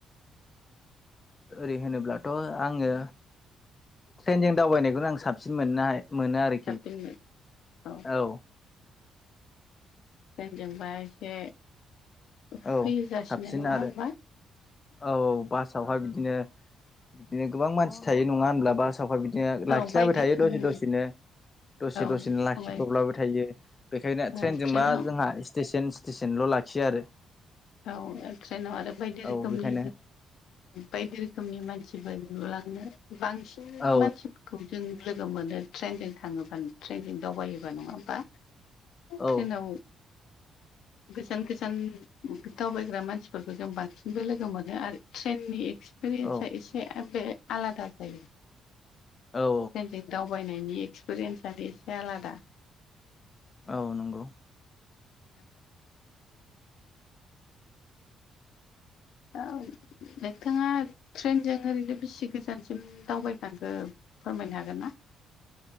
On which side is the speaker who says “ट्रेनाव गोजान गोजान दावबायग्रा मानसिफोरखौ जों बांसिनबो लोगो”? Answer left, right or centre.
Left